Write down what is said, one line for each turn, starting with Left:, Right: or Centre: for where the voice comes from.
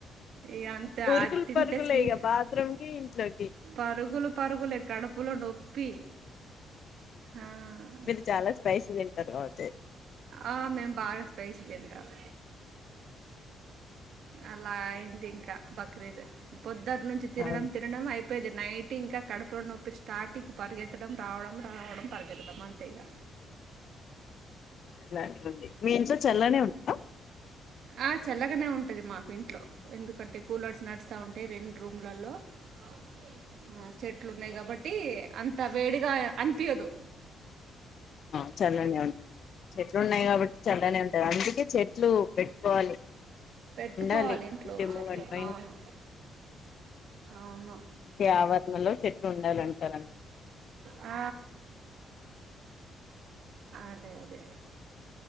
Right: ఇక అంతే
Left: ఉరుకులు
Right: అది తింటే
Left: పరుగులేయిగా
Right: స్వీట్
Left: బాత్రూమ్ కి ఇంట్లోకి
Right: పరుగులు పరుగులే కడుపు కడుపులో నొప్పి ఆ.
Left: మీరు చాలా స్పైసి తింట తింటారు ఆచే
Right: ఆ మేము బాగా స్పైసి తింటారు అలా అయింది ఇంకా బక్రీదే పొద్దు దాట్టి నుంచి తినడం
Left: అవును
Right: తినడం ఐ ది నైట్ ఇంకా కడుపులో నొప్పి స్టార్టింగ్ పరిగెత్తడం రావడం రావడం పరిగెత్తడం అంతే ఇక
Left: అలాగ ఉంది మీ ఇంట్లో చల్లనే ఉంటదా
Right: ఆ చల్లగానే ఉంటది మాకు ఇంట్లో లో ఎందుకంటే కూలర్స్ నడుస్తా ఉంటే రెండు రూమ్లల్లో అవునులే ఆ చెట్లు ఉన్నాయి కాబట్టి అంత వేడిగా అనిపియదు
Left: ఆ చల్లనే ఉంటది చెట్లు ఉన్నాయి కాబట్టి చల్లనే ఉంటయి అందుకే చెట్ చెట్లు పెట్టుకోవాలి
Right: పెట్టుకోవాలి
Left: ఉండాలి
Right: ఇంట్లో
Left: ఇంటి
Right: చెట్లు
Left: ముంగట
Right: అవును అవును
Left: ఇ ఆవరణంలో చె ఉండాలంటారు అంతే
Right: ఆ అదే అదే